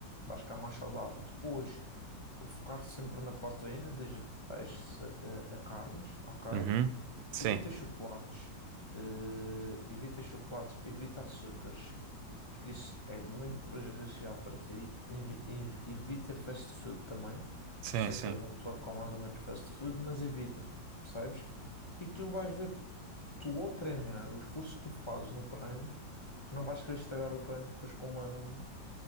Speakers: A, on the left; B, on the right.
A: vais ficar mais saudável. Depois. Focar sempre na proteína, desde de peixes a, a- a carnes, ok?
B: uhum, sim,
A: Evita chocolates, eh, evita chocolates, evita açúcares, porque isso é muito prejudicial para ti. Evi- ev- evita fast food também.
B: sim,
A: Sei
B: sim,
A: que és uma pessoa que come mais ou menos fast food, mas evita, percebes? E tu vais ver que tu ao treinar, o esforço que tu fazes no treino, tu não vais querer estragar o treino depois com uma,